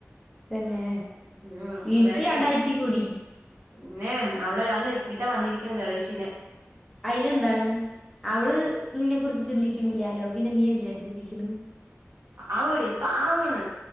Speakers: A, in the centre; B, on the right.
A: തെന്നെ.
B: ഉം
A: ഇരിക്കി
B: ഒരാഴ്ചയായി
A: രണ്ടായ്ചെം കൂടി
B: പിന്നെ അവിടെ ഒരാളിനെ ഇരിത്തീട്ടാ വന്നിരിക്കണത് <unintelligible>
A: അയിന് എന്താണ് അവള് നിന്നെക്കുറിച്ച് ചിന്തിക്കണില്ലാലോ പിന്നെ നീ എന്തിനാ ചിന്തിക്കണ്
B: <unintelligible> പാവാണ്